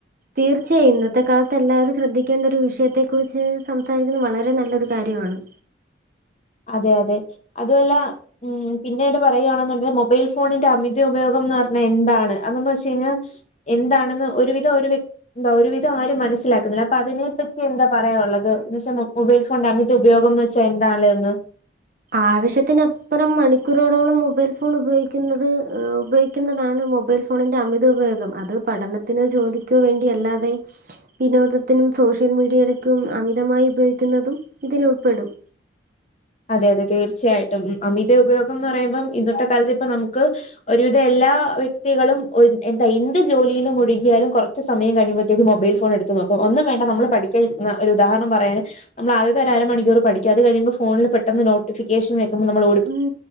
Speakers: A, on the right; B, on the left.
A: തീർച്ചേയായും ഇന്നത്തെ കാലത്ത് എല്ലാവരും ശ്രദ്ധിക്കേണ്ട ഒരു വിഷയത്തെ കുറിച്ച് സംസാരിക്കുന്നത് വളരെ നല്ലൊരു കാര്യം ആണ്
B: അതെ അതെ അതുവല്ല ഉം പിന്നെ ഇട് പറയാണെന്നുണ്ടേ മൊബൈൽ ഫോണിന്റെ അമിത ഉപയോഗം എന്ന് പറഞ്ഞ എന്താണ് അന്നന്ന് വെച്ചക്കഴിഞ്ഞാ എന്താണെന്ന് ഒരുവിധം ഒരു വ്യക് എന്താ ഒരു വിധം ആരും മനസിലാക്കുന്നില്ല അപ്പ അതിനെപ്പറ്റി എന്താ പറയാ ഒള്ളത് എന്ന് വെച്ചാ മൊബൈൽ ഫോണിന്റെ അമിത ഉപയോഗം എന്ന് ച്ചാ എന്താലെ ഒന്ന്
A: ആവശ്യത്തിന് അപ്രം മണി ക്കുറോടോളം മൊബൈൽ ഫോണ് ഉപയോഗിക്കുന്നത് ഏഹ് ഉപയോഗിക്കുന്നതാണ് മൊബൈൽ ഫോണിൻ്റെ അമിത ഉപയോഗം അത് പഠന ത്തിനോ ജോലിക്കോ വേണ്ടി അല്ലാതെ വിനോദത്തിനും സോഷ്യൽ മീഡിയക്കും അമിതമായി ഉപയോഗിക്കുന്നതും ഇതില് ഉൾപ്പെടും
B: അതെ അതെ തീർച്ചയായിട്ടും അമിത ഉപയോഗം എന്ന് പറയുമ്പം ഇന്നത്തെ കാലത്ത് ഇപ്പ നമുക്ക് ഒരുവിധം എല്ലാ വ്യക്തികളും ഒര് എന്താ എന്ത് ജോലിലും മുഴുകിയാലും കൊറ ച്ച് സമയം കഴിയുമ്പോത്തേക്ക് മൊബൈൽ ഫോണെടുത്തു നോക്കും ഒന്നും വേണ്ട നമ്മള് പഠിക്കാ ഇരുന്നാ ഒരു ഉദാഹരണം പറയാന് നമ്മള് ആദ്യത്തെ ഒരു അര മണിക്കൂർ പഠിക്കും അത് കഴിയുമ്പോ ഫോണിൽ പെട്ടെന്ന് നോ ട്ടിഫിക്കേഷൻ വെക്കുമ്പോ നമ്മളോ
A: ഉം